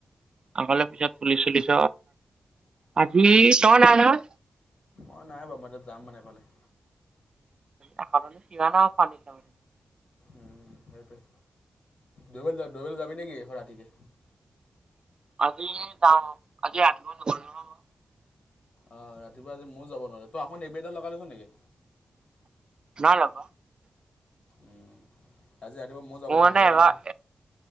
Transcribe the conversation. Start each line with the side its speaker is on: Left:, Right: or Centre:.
Right: আগলে পিছত ফুলি চুলিছ আজি ত নাই নহয়।
Left: অ' নাই বাৰু মই এঠাইত যাম মানে এফালে।
Right: এ চিমান না পানীৰ দ
Left: উ সেইটোৱ দোৰিবলৈ দোৰিবলৈ যাবি নেকি ৰাতিকে।
Right: আজি জাম আজি ৰাতিপুৱা নগলো নহয়।
Left: আহ ৰাতিপুৱা আজি ময়ো যাব নোৱোৰি, তই আপুনি এইবাৰটা লগাই লৈছ নেকি?
Right: হেল্ল'
Left: উম, আজি ৰাতিপুৱা মই যাব
Right: মোৰ
Left: নহ'লে এই
Right: এবাৰ
Left: মানে